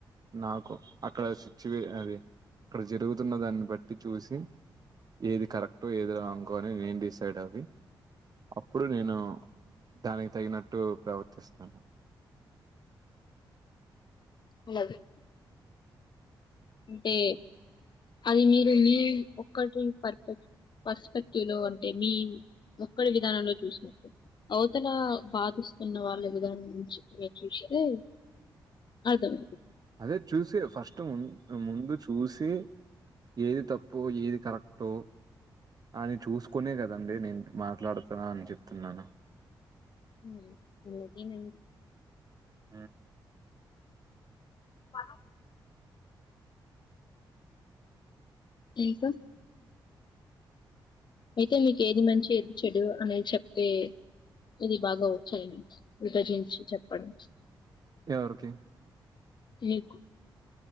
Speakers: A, on the right; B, on the left.
A: నాకు అక్కడ సిచ్యువే అది అక్కడ జరుగుతున్న దాన్ని బట్టి చూసి ఏది కరెక్టో ఏది రాంగో అని నేను డిసైడ్ అయ్యి అప్పుడు నేను దానికి తగినట్టు ప్రవర్తిస్తాను
B: <unintelligible> అంటే అది మీరు మీ ఒక్కటి పర్పెక్ పర్స్పెక్టివ్ లో అంటే మీ ఒక్కడి విధానంలో చూసినప్పుడు అవతల బాధిస్తున్న వాళ్ళ విధానం నుంచి మీరు చూస్తే అర్థం
A: అదే చూసే ఫస్ట్ ముందు చూసి ఏది తప్పు ఏది కరెక్టో అని చూసుకునే కదండి నేను మాట్లాడతా అని చెప్తున్నాను
B: హమ్ వీళ్ళకి నేను
A: ఆమ్
B: బావా ఇంకా అయితే మీకు ఏది మంచి చెడు అనేది చెప్తే ఇది బాగా వచ్చాయండి విభజించి చెప్పడం
A: ఎవరికి
B: మీకు